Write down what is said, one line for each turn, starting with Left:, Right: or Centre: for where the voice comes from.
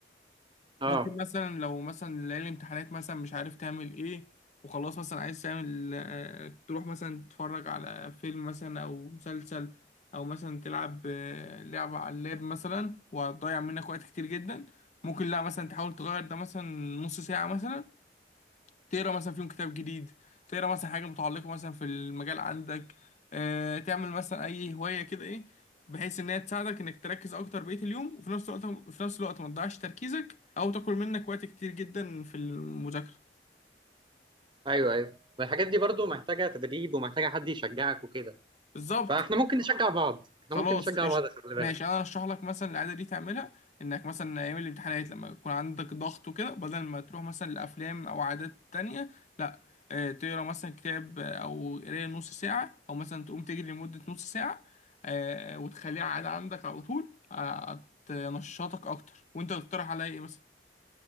Right: اه
Left: ممكن مثلا لو مثلا ليالي الامتحانات مثلا مش عارف تعمل ايه وخلاص مثلا عايز تعمل آه، تروح مثلا تتفرج على فيلم مثلا او مسلسل او مثلا تلعب آه، لعبة على اللاب مثلا وهتضيع منك وقت كتير جدا ممكن لا مثلا تحاول تغير ده مثلا نص ساعة مثلا تقرا مثلا فيهم كتاب جديد تقرا مثلا حاجه متعلقه مثلا في المجال عندك آه، تعمل مثلا اي هوايه كده ايه بحيث ان هي تساعدك انك تركز اكتر بقيه اليوم وفي نفس الوقت في نفس الوقت ما تضيعش تركيزك او تاكل منك وقت كتير جدا في المذاكره
Right: ايوه ايوه والحاجات دي برضه محتاجه تدريب ومحتاجه حد يشجعك وكده
Left: بالظبط
Right: فاحنا ممكن نشجع بعض احنا
Left: خلاص
Right: ممكن نشجع
Left: قشطة
Right: بعض خلي بالك
Left: ماشي انا ارشح لك مثلا العاده دي تعملها انك مثلا ايام الامتحانات لما يكون عندك ضغط وكده بدل ما تروح مثلا لافلام او عادات تانية لا آه، تقرا مثلا كتاب آه، او قرايه نص ساعه او مثلا تقوم تجري لمده نص ساعه آه، وتخليها عاده عندك على طول آه، هتنشطك اكتر وانت تقترح عليا ايه مثلا